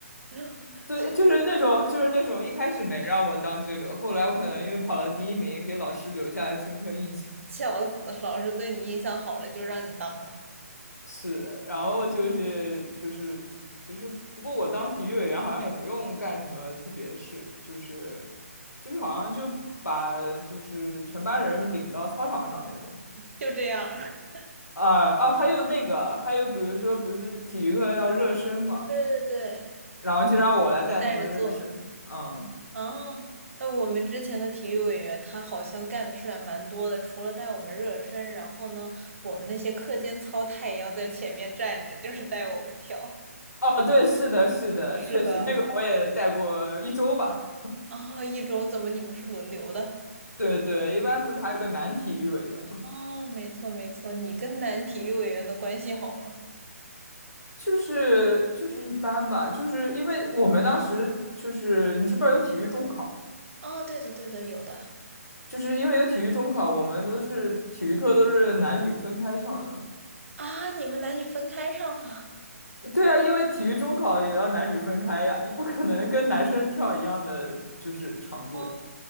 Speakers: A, on the right; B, on the left.
A: <laughs>
B: 对，
A: 体育，
B: 就是那种就是那种一开始没让我当这个，后来我可能因为跑了第一名，
A: 嗯，
B: 给老师留下了深刻印象。
A: 笑死了老师对你印象好了就让你当了，
B: 是的，然后就是就是就是，不过我当体育委员好像也不用干什么特别事，就是就是好像就把就是全班人领到操场上那种。
A: 就这样儿 <laughs>
B: 啊哦，还有那个，还有比如说不是体育课要热身嘛，
A: 对对对，
B: 然后就让我来带他们热身。
A: 你带着做。
B: 嗯，
A: 哦，那我们之前的体育委员他好像干的事还蛮多的，除了带我们热身，然后呢，我们那些课间操他也要在前面站着，就是带我们跳。
B: 哦对，是的，是的，
A: 是的。
B: 确实那个我也带过一周吧。
A: 哦，一周怎么你们是轮流的？
B: 对对，一般不是还有个男体育委员吗？
A: 哦，没错没错，你跟男体育委员的关系好吗？
B: 就是就是一般吧，就是因为我们当时就是你知不知道有体育中考，
A: 哦，对的对的，有的
B: 就是因为有体育中考，我们都是体育课都是男女分开上的。
A: 啊，你们男女分开上的，
B: 对啊，因为体育中考也要男女分开呀，你不可能跟男生跳一样的就是长度呀。
A: 哦，